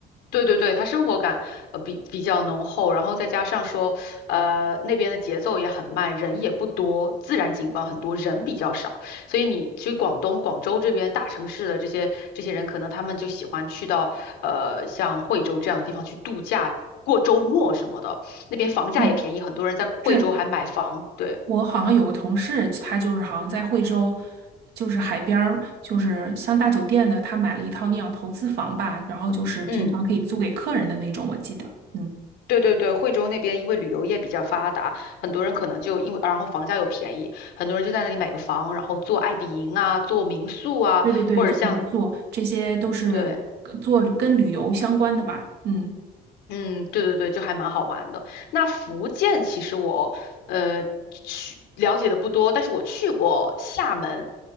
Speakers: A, on the left (about 85°); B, on the right (about 75°).
A: 对对对，他生活感呃比比较浓厚，然后再加上说，呃那边的节奏也很慢，人也不多，自然景观很多，人比较少，所以你去广东广州这边大城市的这些这些人，可能他们就喜欢去到呃像惠州这样的地方去度假，过周末什么的，那边房价也便宜，
B: 嗯，
A: 很多人在惠州还买房，
B: 是
A: 对，
B: 我好像有个同事，他就是好像在惠州，就是海边儿，就是像大酒店的，他买了一套那样投资房吧，然后就是平常可以租给客人的那种，
A: 嗯。
B: 我记得。嗯，
A: 对对对，惠州那边因为旅游业比较发达，很多人可能就因为，然后房价又便宜，很多人就在那里买个房，然后做爱彼迎啊，做民宿啊，
B: 对对对，
A: 或者像，
B: 做民宿这些都是跟做跟旅游相关的吧。
A: 对，
B: 嗯，
A: 嗯，对对对，就还蛮好玩的。那福建其实我呃去了解的不多，但是我去过厦门，